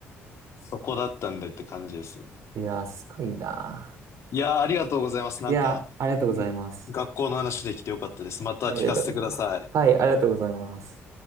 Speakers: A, on the left; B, on the right.
A: そこだったんでって感じですね。
B: いやー、すごいな
A: いやー、ありがとうございます。なんか、
B: ー。いやー、ありがとうございます。
A: ん学校の話できてよかったです。また聞かせてください。
B: はい、よかったです。はい、ありがとうございます。